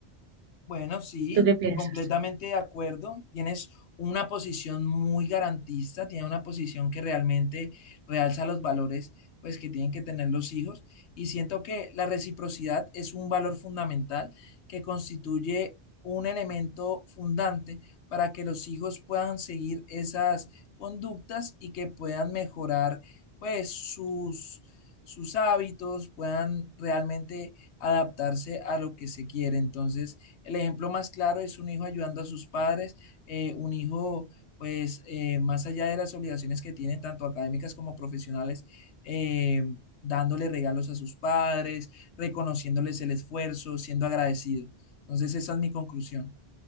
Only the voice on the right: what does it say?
¿Tú qué piensas?